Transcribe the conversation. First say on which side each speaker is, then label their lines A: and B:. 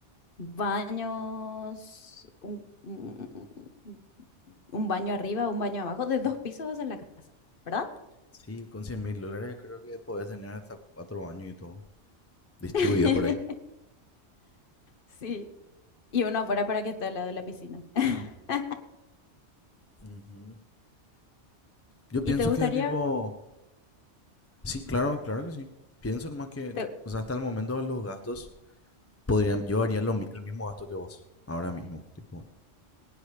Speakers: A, on the left; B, on the left.
A: baños, un, un- un baño arriba, un baño abajo, de dos pisos hacer la casa, ¿verdad?
B: Sí, con 100 mil dólares creo que podés tener hasta cuatro años y todo. Distribuido
A: <laughs>
B: por ahí.
A: Sí. Y uno afuera para que esté al lado de la piscina. <laughs>
B: Ujú. Yo
A: ¿Y
B: pienso
A: te gustaría
B: que, tipo, Sí, claro, claro que sí. Pienso nomás que,
A: te-
B: o sea, hasta el momento los gastos podrían, yo haría lo mi- el mismo gasto que vos, ahora mismo, tipo,